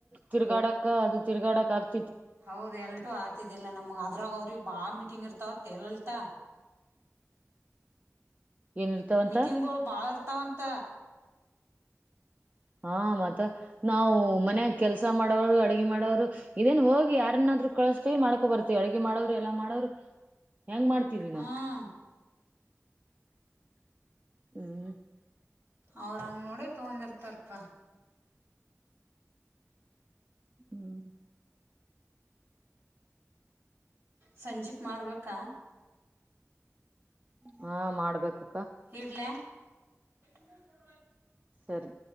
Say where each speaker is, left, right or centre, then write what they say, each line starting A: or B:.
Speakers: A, on the right; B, on the right.
A: ತಿರ್ಗಾಡಕ್ಕ ಅದು ತಿರ್ಗಾಕ್ ಆಗ್ತ
B: ಹೌದ್ ಎಲ್ಟು ಆತಿದ್ದಿಲ್ಲ ನಮಗ್ ಅದ್ರಾಗ ಅವ್ರಿ ಬಾ ಮಿಟ್ಟ ಇರ್ತಾವ ಎಲ್ಲಲ್ತಾ
A: ಏನ್ ಇರ್ತಾವಂತ
B: ಮಿಟಿಂಗ್ಗಳು ಬಾಲ ದಂತ
A: ಹಾ ಮತ್ತ ನಾವು ಮನ್ಯಾಗ ಕೆಲ್ಸ ಮಾಡೋರು ಅಡ್ಗೆ ಮಾಡೋರು ಇದೇನ್ ಹೋಗಿ ಯಾರನಾದ್ರು ಕಳಸ್ತೀವಿ ಮಾಡ್ಕೊ ಬರ್ತೀವಿ ಅಡ್ಗೆ ಮಾಡೋರು ಎಲ್ಲಾ ಮಾಡವರು ಹೆಂಗ್ ಮಾಡ್ತಿದ
B: ಹ್ಮ್
A: ನಾ ಹ್ಮ್
B: ಅವ್ರಂಗ ನೋಡಿ ತಗೊಂಡಿರ್ತಾರಪ
A: <inaudible>
B: ಸಂಜಿಕ ಮಾಡ್ಬೇಕಾ
A: ಹಾ ಮಾಡ್ಬೇಕು
B: ಇಡ್ಲ <inaudible>
A: ಸರಿ